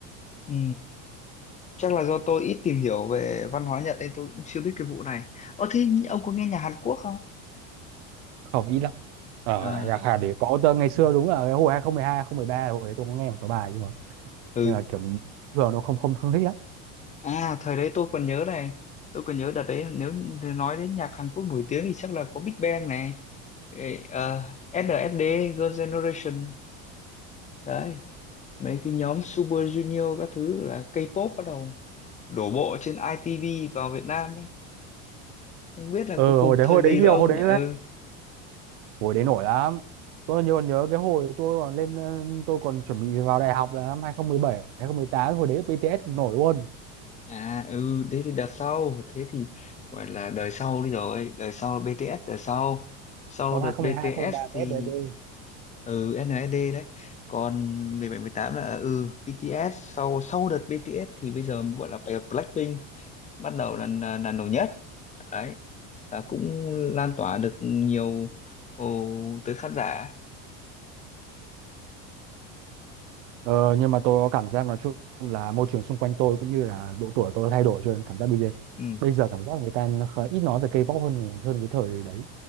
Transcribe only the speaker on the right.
không ít lắm ở
nhạc Hàn thì có tơ ngày xưa đúng là cái hồi 2012 2013 hồi đấy tôi cũng nghe một số bài nhưng mà
nhưng mà kiểu thường nó không không không thích lắm
ừ
hồi đấy
hồi đấy
nhiều
hồi đấy
hồi đấy nổi lắm tôi nhớ còn nhớ cái hồi tôi còn lên ờ, tôi còn chuẩn bị vào đại học là năm 2017 2018 hồi đấy BTS cũng nổi luôn
cộng
2012
2013 BTS
đấy tôi
ờ, nhưng mà tôi có cảm giác nói chung là môi trường xung quanh tôi cũng như là độ tuổi tôi thay đổi cho nên cảm giác bây giờ
bây giờ cảm giác người ta nó khá- ít nói về K-pop hơn hơn cái thời đấy